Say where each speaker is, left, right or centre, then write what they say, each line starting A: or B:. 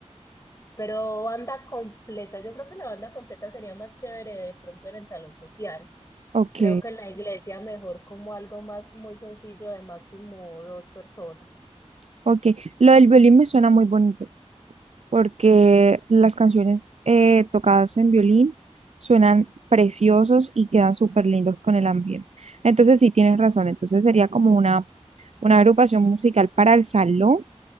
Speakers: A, on the left (about 25°); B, on the right (about 65°).
A: Pero banda completa, yo creo que la banda completa sería más chévere de pronto en el salón social.
B: Ok,
A: Creo que en la iglesia mejor como algo más muy sencillo de máximo dos personas.
B: ok. Lo del violín me suena muy bonito porque las canciones eh, tocadas en violín suenan preciosos y quedan súper lindos con el ambiente. Entonces sí, tienes razón, entonces sería como una, una agrupación musical para el salón